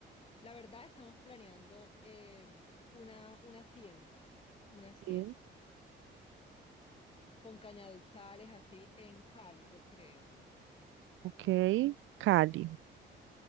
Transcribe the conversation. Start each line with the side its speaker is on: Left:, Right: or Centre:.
Left: la verdad, estamos planeando em, una, una hacienda, una hacienda.
Right: Sí.
Left: con cañaduzales así en Cali, yo creo.
Right: Ok, Cali,